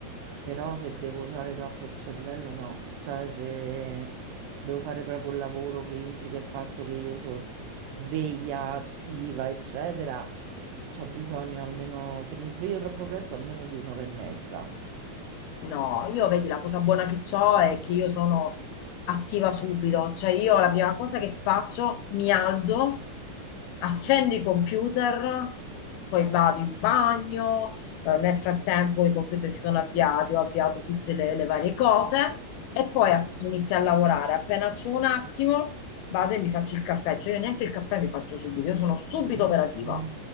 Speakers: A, on the right; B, on the left.
A: però se devo usare troppo il cervello no, cioè se devo fare proprio il lavoro che implica il fatto che io so sveglia attiva, eccetera, c'ho bisogno almeno, se mi sveglio troppo presto, almeno di un'ora e mezza.
B: No, io vedi la cosa buona che ho è che io sono attiva subito, cioè io la prima cosa che faccio, mi alzo, accendo i computer, poi vado in bagno, eh, nel frattempo i computer si sono avviati, ho avviato tutte le, le varie cose e poi a- inizio a lavorare. Appena c'ho un attimo, vado e mi faccio il caffè, cioè io neanche il caffè mi faccio subito, io sono subito
A: Ah.
B: operativa.